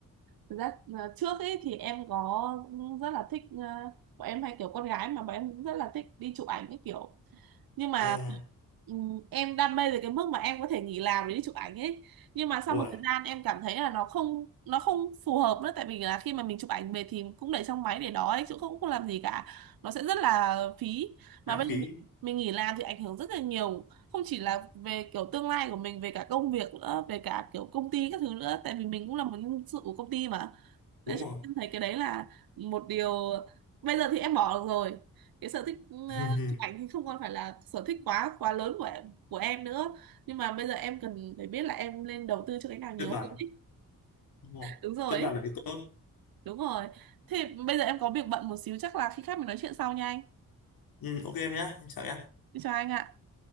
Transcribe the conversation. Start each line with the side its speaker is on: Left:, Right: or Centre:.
Right: thật ra ờ, trước ấy thì em có ừ, rất là thích ờ, bọn em hay kiểu con gái mà bọn em cũng rất là thích đi chụp ảnh cái kiểu nhưng mà
Left: à,
Right: ừm, em đam mê tới cái mức mà em có thể nghỉ làm để đi chụp ảnh ấy nhưng mà sau
Left: Ủa
Right: một thời gian em cảm thấy là nó không nó không phù hợp nữa tại vì là khi mà mình chụp ảnh về thì cũng để trong máy để đó ấy chứ cũng không làm gì cả nó sẽ rất là phí mà
Left: náo
Right: bây
Left: khí
Right: giờ mình mình nghỉ làm thì ảnh hưởng rất là nhiều không chỉ là về kiểu tương lai của mình về cả công việc nữa về cả kiểu công ty các thứ nữa tại vì mình cũng là một nhân sự của công ty mà Đấy,
Left: đúng
Right: cho
Left: rồi
Right: nên em thấy cái đấy là một điều bây giờ thì em bỏ được rồi cái sở thích ừ,
Left: <laughs>
Right: chụp ảnh thì không còn phải là sở thích quá quá lớn của em, của em nữa nhưng mà bây giờ em cần phải biết là em nên đầu tư cho cái nào nhiều
Left: cân bằng
Right: hơn ý.
Left: đúng rồi,
Right: đúng rồi
Left: cân
Right: ấy.
Left: bằng là cái tốt
Right: đúng rồi thế bây giờ em có việc bận một xíu chắc là khi khác mình nói chuyện sau nha anh
Left: ừ, ok em nhé em chào em
Right: chào anh ạ